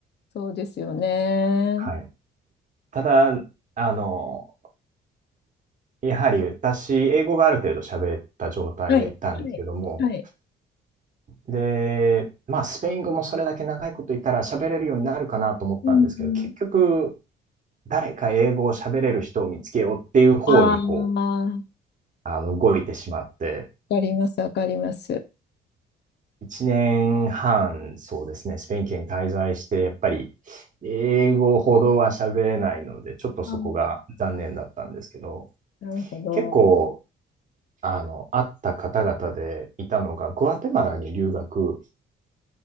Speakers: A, on the left; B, on the right.
A: そうですよね。
B: はい。ただ、あの、やはり私、英語がある程度喋った状態で行ったんですけども、
A: はい。はい。はい。
B: で、まあ、スペイン語もそれだけ長いこといたら喋れるようになるかなと思ったんですけど、
A: うん。
B: 結局、誰か英語を喋れる人を見つけようっていう方にこう、
A: ああ、わ
B: あの、動いてしまって、
A: かります。わかります。
B: 1年半、そうですね、スペイン圏に滞在して、やっぱり英語ほどは喋れないので、ちょっとそこが残念だったんですけど、
A: うんなるほど。
B: 結構、あの、会った方々でいたのが、グアテマラに留学